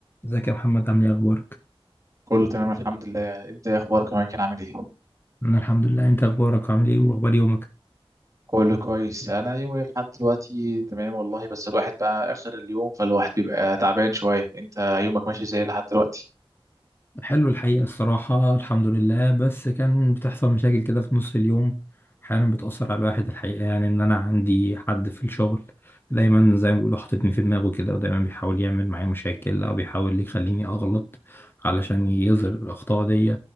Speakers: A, on the left; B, on the right.
A: ازيك يا محمد عامل ايه اخبارك
B: كله تمام الحمد لله انت ايه اخبارك يا كان عامل ايه
A: انا الحمد لله انت اخبارك عامل ايه واخبار يومك
B: كله كويس انا يومي لحد دلوقتي تمام والله بس الواحد بقى اخر اليوم فالواحد بيبقى تعبان شويه انت يومك ماشي ازاي لحد دلوقتي
A: حلو الحقيقة الصراحة الحمد لله بس كان بتحصل مشاكل كده في نص اليوم أحيانا بتأثر على الواحد الحقيقة يعني إن أنا عندي حد في الشغل دايما زي ما بيقولوا حاططني في دماغه كده ودايما بيحاول يعمل معايا مشاكل أو بيحاول يخليني أغلط علشان يظهر الأخطاء دي